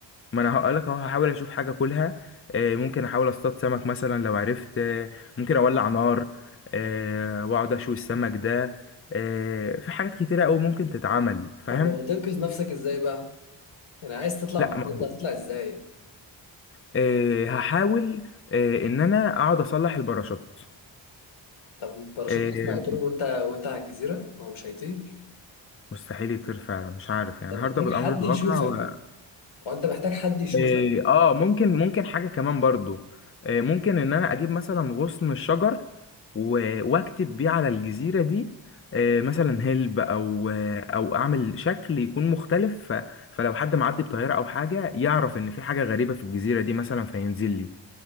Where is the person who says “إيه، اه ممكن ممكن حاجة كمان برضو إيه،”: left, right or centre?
Left